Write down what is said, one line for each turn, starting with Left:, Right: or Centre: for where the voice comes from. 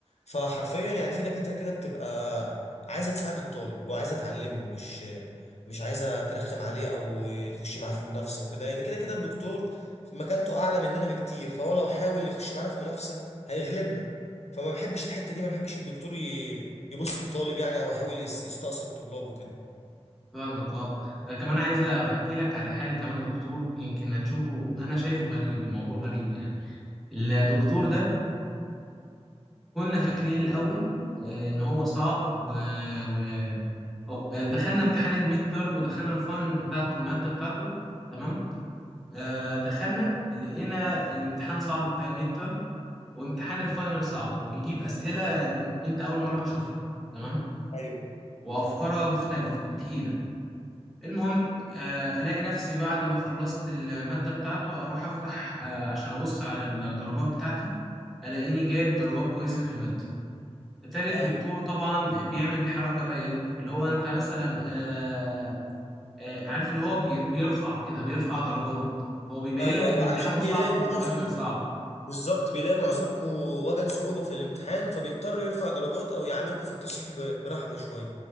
Left: فحرفيا يعني في دكاتره كده بتبقى عايزه تساعد الطالب وعايزه تعلمه مش مش عايزه ترخم عليه او يخش معاه في منافسه وكده لان كده كده الدكتور مكانته اعلى مننا بكتير فهو لو حاول يخش معانا في منافسه هيغلبنا فما بحبش الحته دي ما بحبش الدكتور ي- يبص للطالب يعني او يحاول يس- يستقصد طلابه كده
Centre: فاهمك اه أنا كمان عايز احكي لك على حاجه كمان دكتور يمكن هتشوفه انا شايفه غريب الموضوع غريب يعني الدكتور ده كنا فاكرين الأول آه، إن هو صعب و... و... أو- آه، دخلنا امتحان الميد تيرم ودخلنا الفاينل بتاعة المادة بتاعته تمام آه، دخلنا لقينا الامتحان صعب بتاع الميد تيرم وامتحان الفاينل صعب وبيجيب أسئلة أنت أول مرة تشوفها تمام
Left: ايوه
Centre: وأفكارها مختلفة وتقيلة المهم آه، ألاقي نفسي بعد ما خلصت المادة بتاعته أروح أفتح آه، عشان أبص على الدرجات بتاعتي ألاقيني جايب درجات كويسة في المادة تالت
Left: ايوه
Centre: دكتور طبعا بيعمل الحركة بقى ايه اللي هو انت مثلا آه آه عارف اللي هو بي- بيرفع كده بيرفع درجات هو بيبين
Left: ايوه
Centre: لك
Left: ايوه
Centre: ان امتحانه
Left: علشان
Centre: صعب
Left: بيلاقي المعظم
Centre: والفاينل صعب
Left: بالظبط بيلاقي معظمكم وجد صعوبه في الامتحان فبيضطر يرفع درجات او يعاملكم في التصحيح ب- برحمه شويه